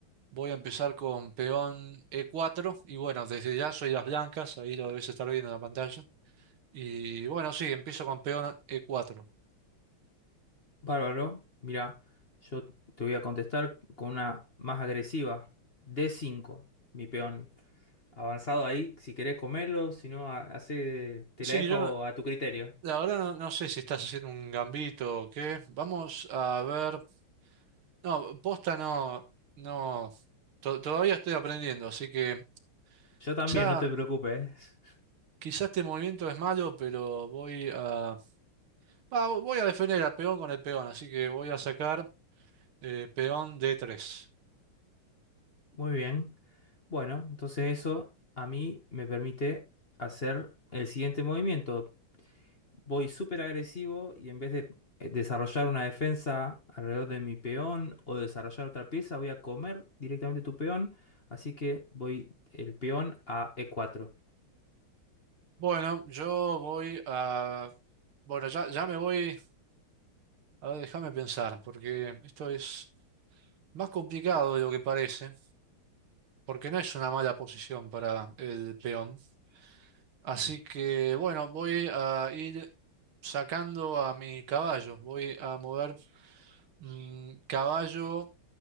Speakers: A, on the right (about 70°); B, on the left (about 30°).
A: Voy a empezar con peón E4 y bueno, desde ya soy las blancas, ahí lo debes estar viendo en la pantalla. Y bueno, sí, empiezo con peón E4.
B: Bárbaro. Mirá, yo te voy a contestar con una más agresiva. D5, mi peón. Avanzado ahí, si querés comerlo, si no, ha- hace, te
A: Sí,
B: la dejo
A: yo no,
B: a tu criterio.
A: La verdad no, no sé si estás haciendo un gambito o qué. Vamos a ver. No, posta no, no. to- todavía estoy aprendiendo, así que
B: Yo también,
A: quizá,
B: no te preocupes.
A: quizá este movimiento es malo, pero voy a, ah, voy a defender al peón con el peón, así que voy a sacar eh, peón d tres
B: <laughs> Muy bien. Bueno, entonces eso a mí me permite hacer el siguiente movimiento. voy súper agresivo y en vez de eh, desarrollar una defensa alrededor de mi peón o desarrollar otra pieza, voy a comer directamente tu peón. Así que voy el peón a E4.
A: Bueno, yo voy a, bueno, ya, ya me voy. A ver, déjame pensar, porque esto es más complicado de lo que parece, porque no es una mala posición para el peón. Así que bueno, voy a ir sacando a mi caballo. Voy a mover mm, caballo